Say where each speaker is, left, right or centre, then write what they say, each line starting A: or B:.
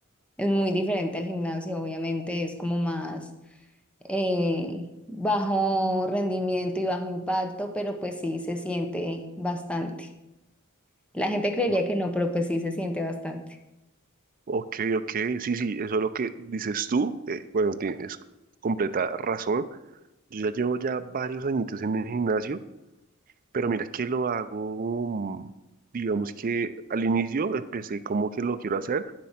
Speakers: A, in the centre; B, on the right.
A: Es muy diferente al gimnasio, obviamente, es como más eh, bajo rendimiento y bajo impacto, pero pues sí se siente bastante. La gente creería
B: No.
A: que no, pero pues sí se siente bastante.
B: Ok, ok, sí, sí, eso es lo que dices tú, eh, bueno, tienes completa razón. Yo ya llevo ya varios añitos en el gimnasio, pero mira que lo hago, mm, digamos que al inicio empecé como que lo quiero hacer,